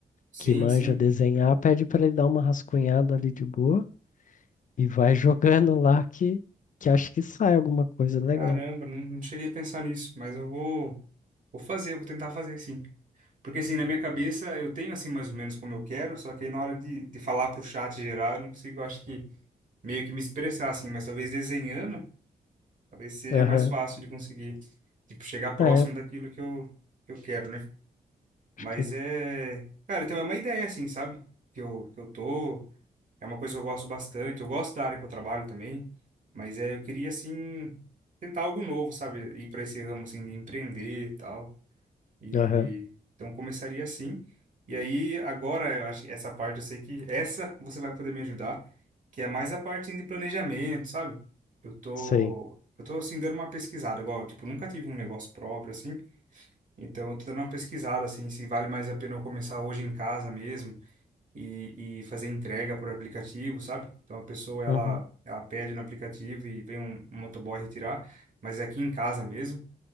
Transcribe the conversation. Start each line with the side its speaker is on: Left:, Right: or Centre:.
Right: Sim,
Left: que manja
Right: sim.
Left: desenhar, pede para ele dar uma rascunhada ali de boa e vai <laughs> jogando lá que, que acho que sai alguma coisa legal.
Right: Caramba, não, não cheguei a pensar nisso, mas eu vou, vou fazer, vou tentar fazer sim. Porque assim, na minha cabeça eu tenho assim mais ou menos como eu quero, só que aí na hora de, de falar pro chat geral eu não consigo, acho que meio que me expressar assim, mas talvez desenhando, talvez seja
Left: Aham,
Right: mais fácil de conseguir, tipo, chegar próximo
Left: é,
Right: daquilo que eu, que eu quero, né? Mas
Left: acho que.
Right: é, cara, então é uma ideia assim, sabe? Que eu, que eu tô, é uma coisa que eu gosto bastante, eu gosto da área que eu trabalho também, mas é, eu queria assim tentar algo novo, sabe? Ir para esse ramo assim de empreender e tal. E
Left: Aham,
Right: então começaria assim. E aí agora eu acho que essa parte eu sei que essa você vai poder me ajudar, que é mais a parte de planejamento, sabe? Eu tô
Left: sim
Right: eu tô assim dando uma pesquisada, igual, tipo, nunca tive um negócio próprio assim. Então eu tô dando uma pesquisada assim, se vale mais a pena eu começar hoje em casa mesmo e, e fazer entrega por aplicativo, sabe? Então a pessoa ela
Left: Uhum,
Right: ela pede no aplicativo e vem um, um motoboy retirar, mas é aqui em casa mesmo.